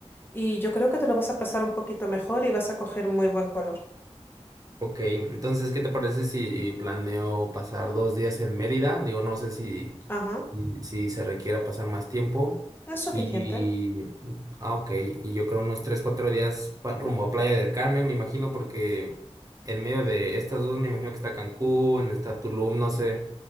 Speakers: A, on the left (about 20°); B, on the right (about 30°).
A: Y yo creo que te lo vas a pasar un poquito mejor y vas a coger muy buen color.
B: Ok, entonces, ¿qué te parece si planeo pasar dos días en Mérida? Digo, no sé si...
A: Ajá,
B: y si se requiera pasar más tiempo.
A: es suficiente.
B: Y, ah, ok, y yo creo unos 3 4 días pa- rumbo a Playa del Carmen, me imagino, porque en medio de estas dos, me imagino que está Cancún, está Tulum, no sé,